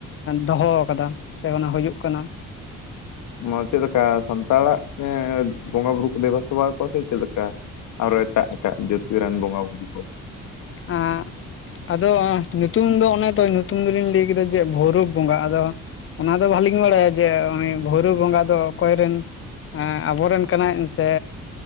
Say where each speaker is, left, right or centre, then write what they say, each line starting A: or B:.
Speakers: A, on the left; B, on the left.
A: ᱫᱚᱦᱚ ᱠᱟᱫᱟ ᱥᱮ ᱚᱱᱟ ᱦᱳᱭᱳᱜ ᱠᱟᱱᱟ᱾
B: ᱱᱚᱣᱟ ᱪᱮᱜ ᱞᱮᱠᱟ ᱥᱟᱱᱛᱟᱲᱟᱜ ᱜᱮ ᱵᱚᱸᱜᱟ ᱵᱩᱨᱩ ᱠᱚ ᱫᱮᱵᱟ ᱥᱮᱵᱟ ᱠᱚᱣᱟ ᱥᱮ ᱪᱮᱜ ᱞᱮᱠᱟ᱾ ᱟᱨᱚ ᱮᱴᱟᱜ ᱮᱴᱟᱜ ᱡᱟᱹᱛᱤ ᱨᱮᱱ ᱵᱚᱸᱜᱟ-ᱵᱩᱨᱩ ᱠᱚ᱾
A: ᱮᱸ᱾ ᱟᱫᱚ ᱧᱩᱛᱩᱢ ᱫᱚ ᱚᱱᱮ ᱛᱚ ᱧᱩᱛᱩᱢ ᱫᱚᱞᱤᱧ ᱞᱟᱹᱭ ᱠᱮᱫᱟ ᱡᱮ ᱵᱷᱳᱣᱨᱳᱵ ᱵᱚᱸᱜᱟ ᱟᱫᱚ᱾ ᱚᱱᱟ ᱫᱚ ᱵᱟᱞᱤᱧ ᱵᱟᱲᱟᱭᱟ ᱡᱮ ᱩᱱᱤ ᱵᱷᱳᱣᱨᱳᱵ ᱵᱚᱸᱜᱟ ᱫᱚ ᱚᱠᱚᱭ ᱨᱮᱱ᱾ ᱮᱸ ᱟᱵᱚ ᱨᱮᱱ ᱠᱟᱱᱟᱭ ᱥᱮ᱾